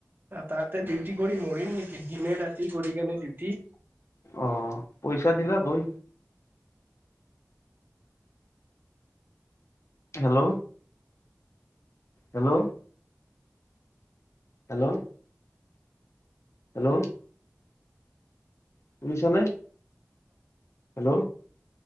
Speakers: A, on the right; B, on the left.
A: তাতে ডিউটি কৰি মৰিম নেকি, দিনে ৰাতি কৰি কেনে ডিউটি
B: অ পইচা দিলাক হৈ হেল্ল'। হেল্ল'। হেল্ল'। হেল্ল'। শুনিছানে? হেল্ল'।